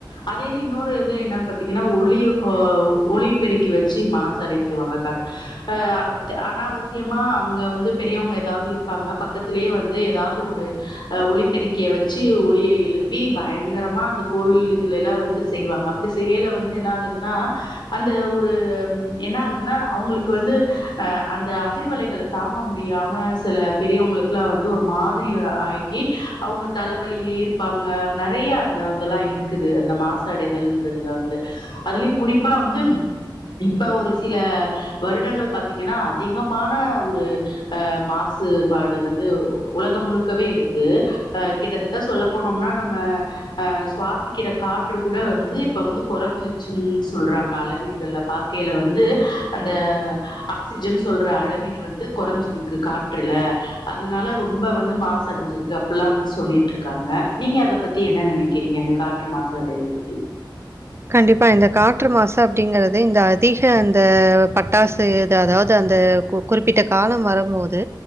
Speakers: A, on the left; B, on the right.
A: அதே இது இன்னொரு இது என்னன் பாத்தீங்கன்னா ஒலி ஆ ஒ ஒலி பெருக்கி வெச் ச்சு மாசடைவு செய்வாங்க காற்று அ த அனாவசியமா அங்க வந்து பெரியவங்க ஏதாவ்து இருப்பாங்க பக்கத்திலியே வந்து ஏதாவ்து ஒரு ஒலிப்பெருக்கிய வெச்சு ஒலிய எழுப்பி பயங்கரமா அந்த கோவில் இதுலெல்லா வந்து செய்வாங்க அப்பிடி செய்யல வந்து என்ன ஆகுதுன்னா அந்த ஒரு ம் என்ன ஆகுதுன்னா அவ்ங்களுக்கு வந்து அ அந்த அதிர்வலைகளை தாங்க முடியாம சில பெரியோங்களுக் ல்லா வந்து ஒரு மாதிரி அ ஆகி அவுங்க தலவலியிலியே இருப்பாங்க நெறைய அந்த இதெல்லா இருக்குது அந்த மாசடைதல்ன்றதுல வந்து அதுலியு குறிப்பா வந்து ம் இப்ப ஒரு சில வருடங்கள் பாத்தீங்கன்னா அதிகமான ஒரு அ மாசுபாடு வந்து உ உலகம் முழுக்கவே இருக்கு அ கிட்டத்தட்ட சொல்ல போனோம்னா நம்ம அ சுவாசிக்கிற காற்று கூட வந்து இப்ப வந்து கொறஞ்சிச்சுன் சொல்றாங்க அளவீடுகள்ல பாக்கையில வந்து அந்த ஆக்சிஜன் சொல்ற அளவீடு வந்து கொறஞ்சிருக்கு காற்றுல அதனால ரொம்ப வந்து மாசடைஞ்சிருக்கு அப்பில்லா வந்து சொல்லிட்ருக்காங்க நீங்க அத பத்தி என்ன நெனைக்கிறீங்க இந்த காற்று மாசு அடைதல் பத்தி
B: கண்டிப்பா இந்த காற்று மாசு அப்டிங்கறது இந்த அதிக அந்த பட்டாசு இ அதாவ்து அந்த கு குறிப்பிட்ட காலம் வரும்போது